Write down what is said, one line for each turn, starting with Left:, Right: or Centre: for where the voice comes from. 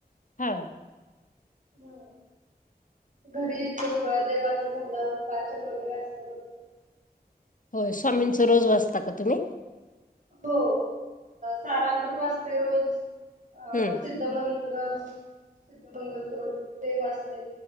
Left: हा.
Right: होय. घरी देवाचं झालं, वाचन वगैरे असतं रोजच.
Left: होय, स्वामीचं रोज वाजता का तुम्ही?
Right: हो, साराअमृत वाचते रोज, अ
Left: हम्म
Right: सिद्ध मंत्र सिद्ध मंगल रोज ते वाजते,